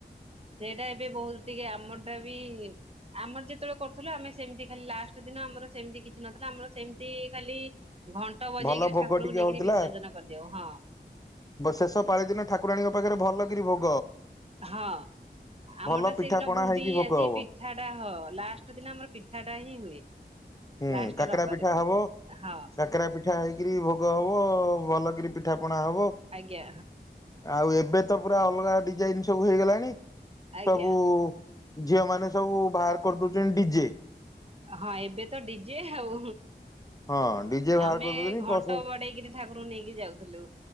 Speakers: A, on the right; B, on the left.
A: ସେଇଟା ଏବେ ବହୁତ ଟିକେ ଆମର ଟା ବି ଆମର ଯେତେବେଳେ କରୁଥିଲୁ ଆମେ ସେମିତି ଖାଲି ଲାଷ୍ଟ ଦିନ ଆମର ସେମିତି କିଛି ନଥିଲା ଆମର ସେମତି ଖାଲି ଘଣ୍ଟ ବଜେଇକିରି
B: ଭଲ ଭୋଗ
A: ଠାକୁରଙ୍କୁ
B: ଟିକେ
A: ନେଇକିରି
B: ହଉଥିଲା
A: ବିସର୍ଜନ କରିଦେଉ ହଁ
B: ଶେଷ ପାଳି ଦିନ ଠାକୁରାଣୀଙ୍କ ପାଖରେ ଭଲ। <inaudible>
A: ହଁ ଆମର
B: ଭଲ
A: ଟା
B: ପିଠା
A: ସେଦିନ
B: ପଣା
A: ବୁନ୍ଦି
B: ହେଇକି ଭୋଗ
A: ଆସି
B: ହବ
A: ପିଠାଟା ହଁ ଲାଷ୍ଟ ଦିନ ଆମର ପିଠାଟା ହିଁ ହୁଏ।
B: ହୁଁ
A: ଲାଷ୍ଟ
B: କାକରା
A: ରବିବାରକୁ
B: ପିଠା ହବ
A: ହଁ
B: କାକରା ପିଠା ହେଇକରି ଭୋଗ ହବ ଭଲ କରି ପିଠା ଣା ହବ
A: ଆଜ୍ଞା
B: ଆଉ ଏବେ ତ ପୁରା ଅଲଗା ଡିଜାଇନ ସବୁ ହେଇଗଲାଣି।
A: ଆଜ୍ଞା
B: ସବୁ ଝିଅମାନୋନେ ସବୁ ବାହାର କରିଦଉଛନ୍ତି ଡିଜେ।
A: ହଁ ଏବେ ତ ଡିଜେ ଆଉ
B: ହଁ ଡିଜେ ବାହାର
A: ଆମେ
B: କରିଦଉଛନ୍ତି
A: ଘଣ୍ଟ
B: ପ୍ଲସ
A: ବଡେଇକିରି ଠାକୁରଙ୍କୁ ନେଇକି ଯାଉଥିଲୁ